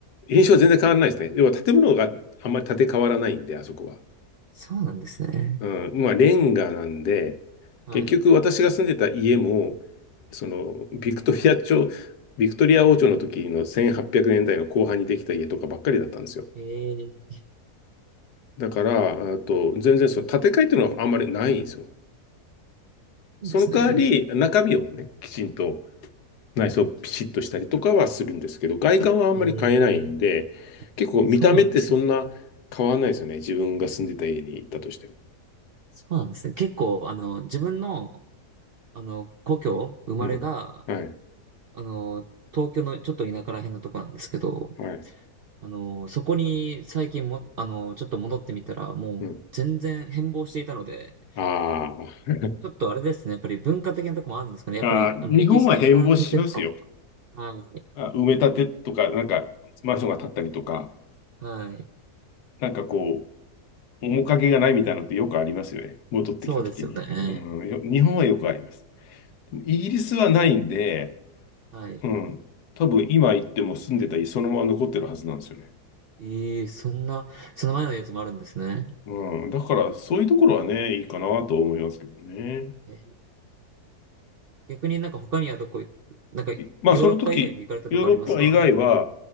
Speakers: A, on the left; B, on the right.
A: 印象は全然変わらないですね。要は建物があんまり建て替わらないんで、あそこは。
B: そうなんですね。
A: うん、まあレンガなんで、
B: はい。
A: 結局私が住んでた家も、そのビクトリア朝、ビクトリア王朝の時の1800年代の後半にできた家とかばっかりだったんですよ。
B: ええ
A: だから、あと全然その建て替えっていうのはあんまりないんですよ。その代わり中身をね、
B: そうですね。
A: きちんと内装ピシッとしたりとかはするんですけど、外観はあんまり変えないんで、
B: ええ
A: 結構見た目ってそんな変わらないですよね。
B: そうなんですね。
A: 自分が住んでた家に行ったとしても。
B: そうなんですね。結構、あの、自分の、あの、故郷、生まれが、
A: うん。はい。
B: あの、東京のちょっと田舎ら辺のとこなんですけど、
A: はい。
B: あの、そこに最近も、あの、ちょっと戻ってみたら、もう全然変貌していたので、
A: うん。あ
B: ちょっとあれですね。やっぱり文化的なとこもあるんですかね。やっぱり、
A: あ。あー、
B: あの、
A: 日本は変貌しますよ。
B: 歴史的な建物。はい。
A: あ、埋め立てとか、なんか、マンションが建ったりとか、
B: はい。
A: なんかこう、面影がないみたいなのってよくありますよね。戻ってきた時に。
B: そうですよね。
A: うん。よ日本はよくあります。でもイギリスはないんで、
B: はい。
A: うん。多分今行っても住んでた家そのまま残ってるはずなんですよね。
B: ええ、そんな、その前のやつもあるんですね。
A: うん、だからそういうところはね、いいかなと思いますけどね。
B: えー逆になんか他にはどこ、なんか、
A: いまあその時、
B: ヨーロッパ以外にも行かれたとこありますか
A: ヨーロッパ以外は、